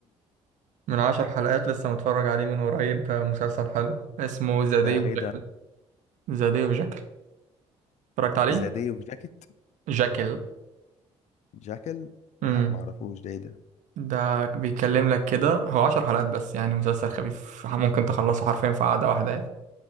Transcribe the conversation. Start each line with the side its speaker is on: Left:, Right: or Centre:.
Right: من عشر حلقات لسه متفرج عليه من قريب آه، مسلسل حلو اسمه ذا
Left: ده
Right: داي اوف
Left: ايه
Right: جاكل
Left: ده
Right: ذا داي اوف جاكل اتفرجت عليه؟
Left: زاديه وجاكيت
Right: جاكل
Left: جاكل لا
Right: امم
Left: معرفوش ده ايه ده
Right: ده بيتكلم لك كده هو عشر حلقات بس يعني مسلسل خفيف ممكن تخلصه حرفيا في قعدة واحدة يعني